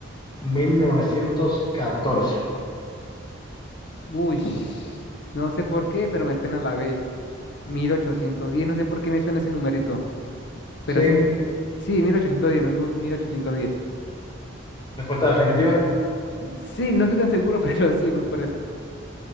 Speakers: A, on the left (about 20°); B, on the left (about 55°).
A: 1914.
B: Uy, no sé por qué, pero me suena la B. mil ochocientos diez no sé por qué me suena ese numerito, pero
A: ¿Sí?
B: sí Sí, 1810, me digo 1810.
A: ¿Respuesta definitiva?
B: Sí, no estoy tan seguro, <laughs> pero sí, voy por esa.